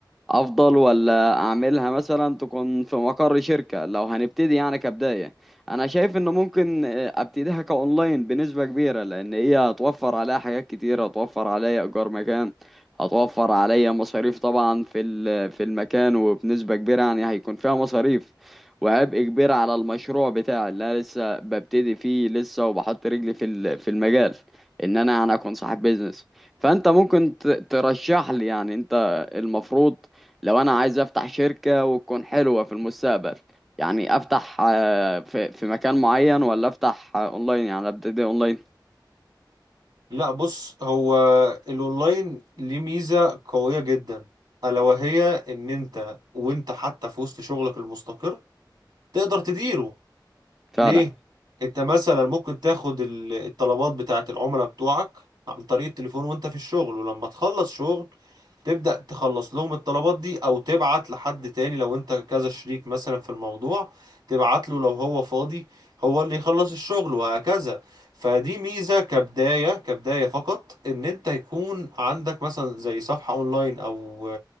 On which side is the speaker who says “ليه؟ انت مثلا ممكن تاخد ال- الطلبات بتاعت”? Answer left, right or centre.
Right